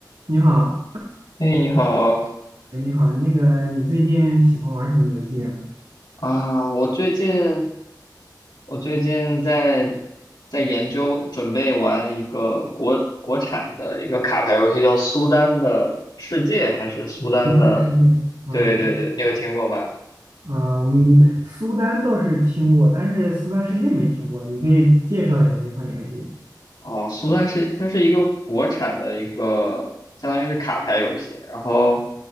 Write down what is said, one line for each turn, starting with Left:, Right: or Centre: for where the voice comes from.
Right: 你好，
Left: 哎，你好
Right: 哎，你好，那个，你最近喜欢玩什么游戏啊？
Left: 啊！我最近我最近在在研究准备玩一个国国产的一个卡牌游戏，叫《苏丹的世界》还是《苏丹的》？
Right: 苏丹的世界，嗯
Left: 对对对，你有听过吗？
Right: 嗯，苏丹倒是听过，但是苏丹世界没听过，你可以介绍一下这款游戏，
Left: 哦，苏丹是它是一个国产的一个，相当于是卡牌游戏。然后，